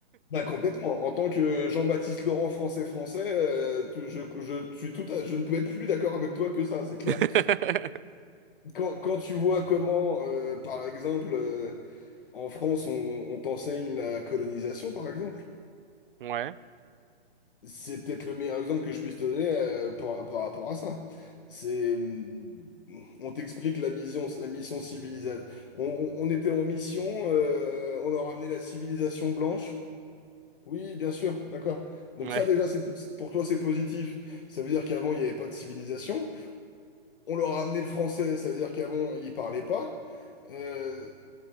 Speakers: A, on the left; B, on the right.
A: Bah complètement. En tant que Jean-Baptiste Laurent français français, euh, tu- je, je suis tout à- je ne peux être plus d'accord avec toi que ça, c'est
B: <laughs>
A: clair. Quand, quand tu vois comment, euh, par exemple, euh, en France, on on t'enseigne la colonisation, par exemple.
B: Ouais,
A: C'est peut-être le meilleur exemple que je puisse te donner euh, par, par rapport à ça. C'est, hum, on t'explique la mission, la mission civilisation. On, on- on était en mission, euh, on a ramené la civilisation blanche. Oui, bien sûr, d'accord. Donc
B: ouais,
A: ça déjà, c'est, pour toi, c'est positif. Ça veut dire qu'avant, il n'y avait pas de civilisation. On leur a ramené le français, ça veut dire qu'avant, ils parlaient pas. Euh,